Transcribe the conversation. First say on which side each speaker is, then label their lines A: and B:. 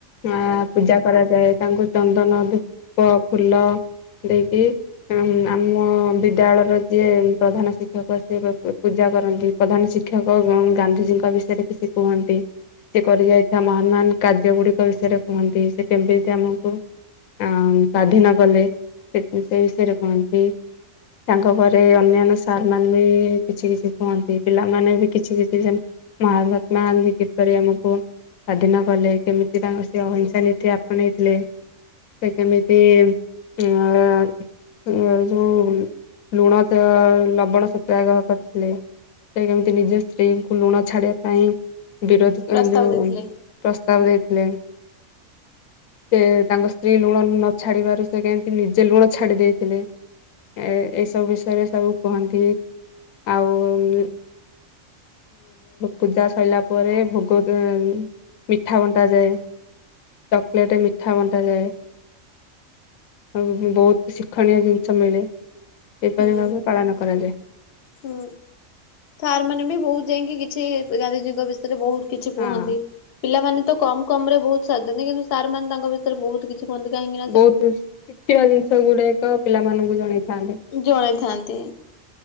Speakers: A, on the left (about 85°); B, on the left (about 55°).
A: ଅଁ ପୂଜା କରାଯାଏ। ତାଙ୍କୁ ଚନ୍ଦନ ଧୂପ୍ ଫୁଲ ଦେଇକି ଉ ଆମ ବିଦ୍ୟାଳୟର ଯିଏ ପ୍ରଧାନ ଶିକ୍ଷକ। ବର୍ଷେ ବର୍ଷେ ପୂଜା କରନ୍ତି ପ୍ରଧାନ ଶିକ୍ଷକ ଗ ଗାନ୍ଧିଜୀଙ୍କ ବିଷୟରେ କିଛି କୁହନ୍ତି। ସେ କରି ଯାଇଥିବା ମହାନ ମାନ କାର୍ଯ୍ୟ ଗୁଡିକ ବିଷୟରେ କୁହନ୍ତି ସେ କେମିତି ଆମକୁ ଆ ସ୍ଵାଧୀନ କଲେ। ସେ ବିଷୟରେ କହନ୍ତି। ତାଙ୍କ ଘରେ ଅନ୍ୟାନ୍ୟ ସାର ସେମାନେ ବି କିଛି କିଛି କୁହନ୍ତି ପିଲାମାନେ ବି କିଛି କିଛି ସେମ ମହାତ୍ମାଗାନ୍ଧୀ କିପରି ଅମକୁ ସ୍ଵାଧୀନ କଲେ କେମିତି ତାଙ୍କ ସେ ଅହିଂସା ନୀତି ଆପଣେଇଥିଲେ। ସେ କେମିତି ଅ ଅ ଯଉ ଲୁଣ ତ ଲଵ ବଣ ସତ୍ୟାଗ୍ରହ କରିଥିଲେ। ସେ କେମିତି ନିଜ ସ୍ତ୍ରୀଙ୍କୁ ଲୁଣ ଛାଡିବା ପାଇଁ ବିରୋଧ
B: ପ୍ରସ୍ତାବ
A: ଯୋଉ
B: ଦେଇଥିଲେ।
A: ପ୍ରସ୍ତାବ ଦେଇଥିଲେ। ସେ ତାଙ୍କ ସ୍ତ୍ରୀ ଲୁଣ ନ ଛାଡ଼ିବାରୁ ସେ କେମତି ନିଜେ ଲୁଣ ଛାଡ଼ି ଦେଇଥିଲେ। ଏ ଏଇସବୁ ବିଷୟରେ ସବୁ କୁହନ୍ତି ଆଉ ପୂଜା ସରିଲା ପରେ ଭୋଗ ମ୍ ମିଠା ବଣ୍ଟ ଯାଏ ଚକଲେଟେ ମିଠା ବଣ୍ଟା ଯାଏ। ହୁଁ ହୁଁ ବହୁତ ଶିକ୍ଷଣୀୟ ଜିନିଷ ମିଳେ। ଏପରି
B: ହୁଁ
A: ଭାବେ ପାଳନ କରାଯାଏ।
B: ହୁଁ ସାର୍ ମାନେ ବି ବହୁତ ଯାଇକି କିଛି ଗାନ୍ଧିଜୀଙ୍କ ବିଷୟ ବହୁତ କିଛି
A: ହଁ
B: କୁହନ୍ତି। ପିଲାମାନେ ତ କମ କମ ରେ ବହୁତ ସାଧନ୍ତି କିନ୍ତୁ ସାର୍ ମାନ ତାଙ୍କ ବିଷୟରେ ବହୁତ କିଛି କିଛି କୁହନ୍ତି କାଇଁକି
A: ବହୁତ ଶିଖିବା ଜିନିଷ ଗୁଡାକ ପିଲା ମାନଙ୍କୁ ଜଣେଇଥାନ୍ତି।
B: ଜଣେଇଥାନ୍ତି।